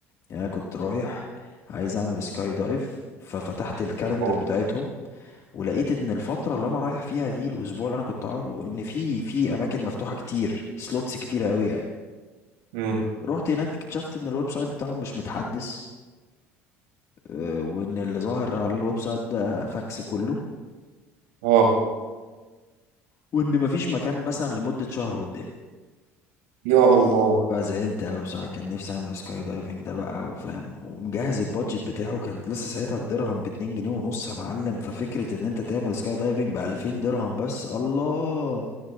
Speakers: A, on the left; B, on the right.
A: يعني أنا كنت رايح عايز اعمل سكاي دايف ففتحت الكالندر
B: الله
A: بتاعتهم ولقيت ان الفتره اللي انا رايح فيها دي الاسبوع اللي انا كنت قاعده ان في في اماكن مفتوحه كتير سلوتس كتيره قوي يعني
B: أمم.
A: رحت هناك اكتشفت ان الويب سايت بتاعهم مش متحدث آه، وان اللي ظاهر على الويب سايت ده فاكس كله
B: أه
A: وان مفيش مكان مثلا لمده شهر قدام
B: يا الله
A: فزعلت أوي بصراحة كان نفسي أعمل سكاي دايفنج ده بقى وفاهم ومجهز البادجت بتاعه كان لسه ساعتها الدرهم باتنين جنيه ونص يا معلم ففكرة إن أنت تعمل سكاي دايفنج بألفين درهم بس الله